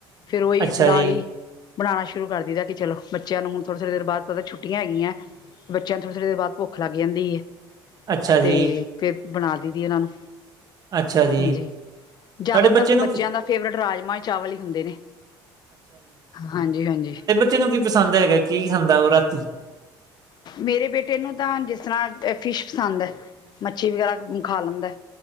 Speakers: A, on the left; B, on the right.
A: ਫ਼ਿਰ ਉਹੀ
B: ਅੱਛਾ
A: ਨਾਲ
B: ਜੀ
A: ਹੀ ਬਣਾਉਣਾ ਸ਼ੁਰੂ ਕਰ ਦੀ ਦਾ, ਕਿ ਚਲੋ ਬੱਚਿਆਂ ਨੂੰ ਹੁਣ ਥੋੜ੍ਹੇ -ਥੋੜੇ ਦੇਰ ਬਾਅਦ, ਪਤਾ ਛੁੱਟ ਹੈਗੀਆਂ। ਬੱਚਿਆਂ ਨੂੰ, ਥੋੜੀ-ਥੋੜੀ ਦੇਰ ਬਾਦ ਭੁੱਖ ਲੱਗ ਜਾਂਦੀ ਏ।
B: ਅੱਛਾ ਜੀ
A: ਤੇ ਫਿਰ ਬਣਾ, ਦੀ-ਦੀ ਇਹਨਾਂ ਨੂੰ,
B: ਅੱਛਾ ਜੀ
A: ਹਾਂਜੀ, ਜ਼ਿਆਦਾਤਰ
B: ਤੁਹਾਡੇ
A: ਤਾਂ
B: ਨੂੰ
A: ਬੱਚੇ
B: ਕੀ
A: ਬੱਚਿਆਂ ਦੇ ਫੇਵਰੇਟ ਰਾਜਮਾ ਚਾਵਲ ਹੀ ਹੁੰਦੇ ਨੇ, ਹਾਂਜੀ- ਹਾਂਜੀ।
B: ੇ ਕਿਨੂੰ ਕੀ ਪਸੰਦ ਹੈਗਾ, ਕੀ ਖਾਂਦਾ ਉਹ ਰਾਤੀ
A: ਮੇਰੇ ਬੇਟੇ ਨੂੰ ਤਾਂ, ਜਿਸ ਤਰ੍ਹਾਂ ਏ ਫਿਸ਼, ਪਸੰਦ ਐ। ਮੱਛੀ ਵਗੈਰਾ, ਖਾ ਲੈਂਦਾ